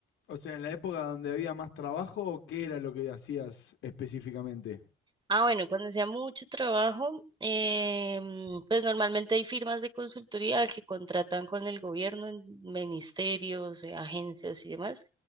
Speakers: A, on the left; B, on the right.
A: o sea, en la época donde había más trabajo, ¿qué era lo que hacías específicamente?
B: Ah, bueno, cuando sea mucho trabajo, em, pues normalmente hay firmas de consultoría que contratan con el gobierno, en ministerios, eh, agencias y demás,